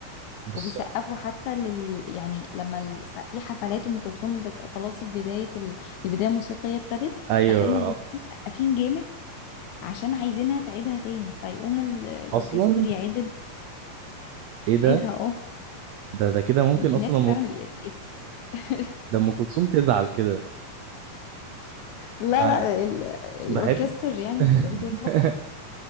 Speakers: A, on the right; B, on the left.
A: بص
B: وبيسقفوا حتى لل يعني لما ال... في حفلات ام كلثوم بت... خلاص البدايه ال... البدايه الموسيقيه ابتدت
A: ايوه
B: فيقوموا الجمهور مسقفين جامد عشان عايزينها تعيدها تاني فيقوم ال... الاوركستر
A: اصلا
B: يعيد ال-
A: ايه ده
B: يعيدها اه
A: ده ده كده ممكن اصلا
B: الناس
A: م...
B: فعلا ال... في <laughs>
A: ده ام كلثوم تزعل كده
B: لا
A: انا
B: لا ال... الاوركستر
A: بحب
B: يعني
A: <laughs>
B: بيبقى ليه دور تحفة